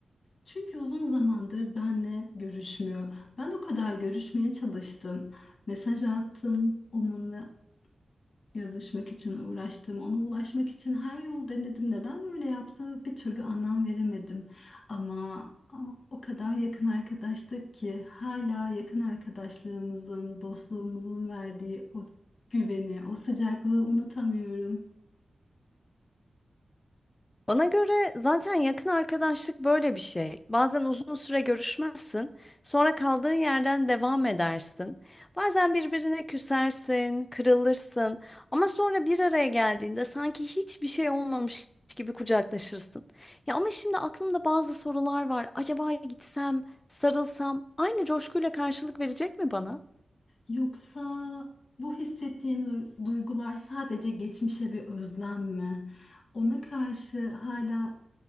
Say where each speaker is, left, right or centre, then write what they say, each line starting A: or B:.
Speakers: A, on the left (about 55°); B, on the left (about 20°).
A: Çünkü uzun zamandır benle görüşmüyor. Ben o kadar görüşmeye çalıştım. Mesaj attım, onunla yazışmak için uğraştım, ona ulaşmak için her yolu denedim. Neden böyle yaptı bir türlü anlam veremedim. Ama, ama o kadar yakın arkadaştık ki hala yakın arkadaşlığımızın, dostluğumuzun verdiği o güveni, o sıcaklığı unutamıyorum.
B: Bana göre zaten yakın arkadaşlık böyle bir şey. Bazen uzun süre görüşmezsin, sonra kaldığın yerden devam edersin. Bazen birbirine küsersin, kırılırsın ama sonra bir araya geldiğinde sanki hiçbir şey olmamış gibi kucaklaşırsın. Ya ama şimdi aklımda bazı sorular var. Acaba gitsem, sarılsam aynı coşkuyla karşılık verecek mi bana?
A: Yoksa bu hissettiğim du- duygular sadece geçmişe bir özlem mi? Ona karşı hala